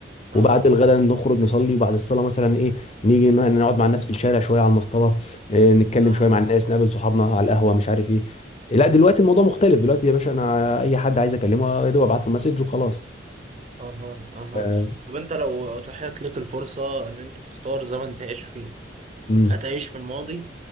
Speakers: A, on the right; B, on the left.
A: اه
B: وبعد الغداء نخرج نصلي وبعد الصلاه مثلا ايه نيجي ن- نقعد مع الناس في الشارع شويه على المصطبه إيه نتكلم
A: اه
B: شويه مع الناس نقابل صحابنا على القهوه مش عارف ايه لا دلوقتي الموضوع مختلف دلوقتي يا باشا انا اي حد عايز اكلمه يا دوب ابعت له مسج وخلاص
A: اها اها
B: ف-
A: طب انت لو اتاحت لك الفرصه ان انت تختار زمن تعيش فيه
B: امم
A: هتعيش في الماضي